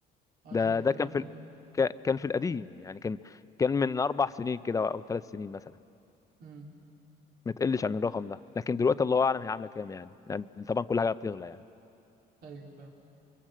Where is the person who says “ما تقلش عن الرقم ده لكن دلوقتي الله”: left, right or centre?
Left